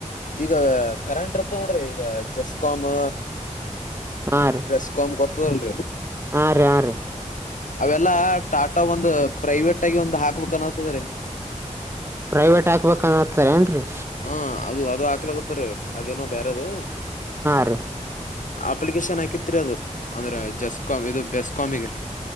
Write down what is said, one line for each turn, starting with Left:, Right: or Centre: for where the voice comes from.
Left: ಈಗ ಕರೆಂಟ್ ಇರ್ತ ನೋಡ್ರಿ ಈಗ ಜೆಸ್ಕಾಮ್.
Right: ಹಾ ರೀ
Left: ಬೆಸ್ಕಾಂ ಗೋತ್ತಲ್ರಿ.
Right: ಹಾ ರೀ ಹಾ ರೀ
Left: ಅವೆಲ್ಲಾ ಟಾಟಾ ಒಂದ್ ಪ್ರೈವೇಟ್ ಆಗಿ ಒಂದ್ ಹಾಕ್ಬೇಕ ಅನ್ತದ ರೀ
Right: ಪ್ರೈವೇಟ್ ಹಾಕ್ಬೇಕನ್ ಹತಾರ ಏನ್ರರಿ.
Left: ಹಾ ಅದು ಅದು ಹಾಕ್ಲಕತ್ತರಿ ಅದೇನೋ ಬೇರೆದು.
Right: ಹಾ ರೀ
Left: ಅಪ್ಲಿಕೇಶನ್ ಹಾಕಿತ್ರಿ ಅದು ಅಂದ್ರೆ ಜೆಸ್ಕಾಮ್ ಇದು ಬೆಸ್ಕಾಮಗ್ರೀ.